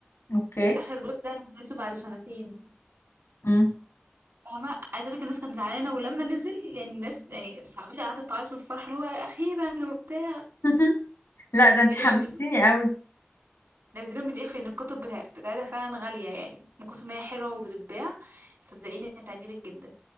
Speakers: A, on the left (about 85°); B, on the right (about 70°).
A: اوكي
B: اخر جزء ده انا نزلته بعد سنتين
A: امم
B: فاهمه عايزه اقول لك الناس كانت زعلانه ولما نزل يعني الناس يعني صاحبتي قعدت تعيط من الفرحه اللي هو اخيرا وبتاع
A: <laughs> لا ده انتي
B: بينزلوهم
A: حمستيني قوي
B: نزلوهم بي ان الكتب بتاع- بتاعتها فعلا غاليه يعني من كتب ما هي حلوه وبتتباع صدقيني هتعجبك جدا